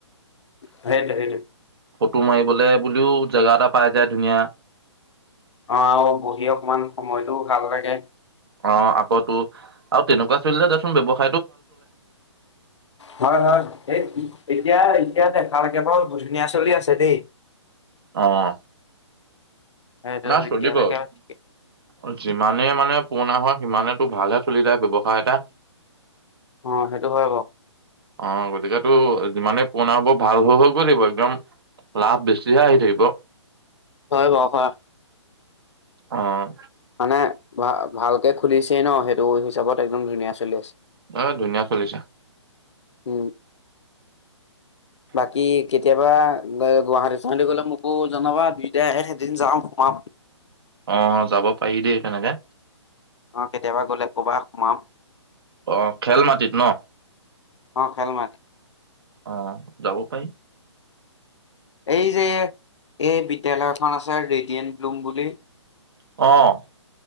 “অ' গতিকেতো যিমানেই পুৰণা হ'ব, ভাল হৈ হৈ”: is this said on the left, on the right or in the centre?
Right